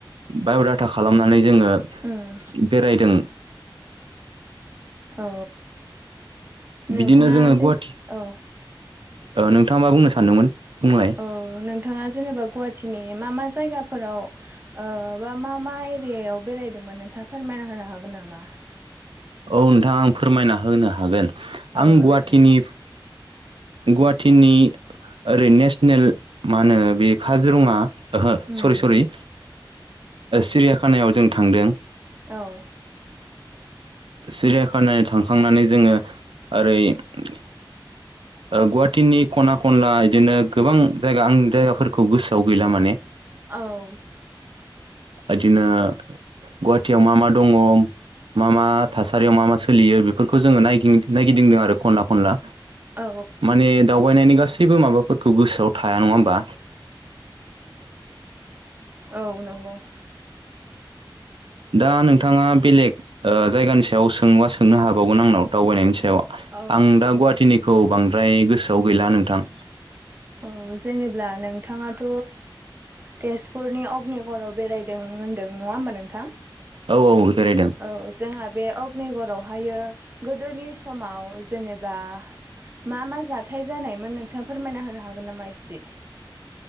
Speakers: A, on the right; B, on the right.
A: बाय'डाटा खालामनानै जोङो
B: उम
A: बेरायदों,,
B: औ नोंथाङा
A: बिदिनो जोङो
B: जेन
A: गुवाहाटि
B: औ।
A: नोंथाङा मा बुंनो सानदोंमोन? बुंलाय
B: अ नोंथाङा जेनेबा गुवाहाटिनि मा मा? जायगाफोराव बा मा मा एरियायाव बेरायदोंमोन नोंथाङा फोरमायना होनो हागोन नामा?
A: औ नोंथां आं फोरमायना होनो हागोन
B: औ
A: आं गुवाहाटिनि-
B: दे नोंथां
A: गुवाहाटिनि ओरै नेसनेल मा होनो बे काजिरङा ओहो
B: उम
A: सरि
B: उम
A: सरि सिरियाखानायाव जों थांदों।
B: औ!
A: सिरियाखाना थांखांनानै जोङो ओरै-
B: <inaudible>
A: गुवाहाटिनि खना खनला बिदिनो गोबां जायगा आं जायगाफोरखौ गोसोआव गैला माने-
B: औ!
A: बिदिनो गुवाहाटियाव मा मा दङ- मा मा थासारियाव मा मा सोलियो बेफोरखौ जोङो नायगिदिंदों आरो खनला खनला
B: औ
A: माने दावबायनायनि- गासैबो माबाफोरखौ गोसोआव थाया नङा होमबा?
B: औ नंगौ!
A: दा नोंथाङा बेलेग जायगानि सायाव सोंङोबा सोंनो हाबावगोन आंनाव दावबायनायनि सायाव- व
B: औ
A: आं दा गुवाहाटिनिखौ बांद्राय गोसोआव गैला नोंथां।
B: ओ जेनेब्ला नोंथाङाथ' तेजपुरनि अग्निगड़आव बेरायदों- नों होनदों नङा होमबा नोंथां?
A: औ बेरायदों
B: औ जोंहा बे औ कनिगरावहायो गोदोनि समाव जेनेबा- मा मा जाथाय जानायमोन नोंथाङा फोरमायना होनो हागोन नामा इसे?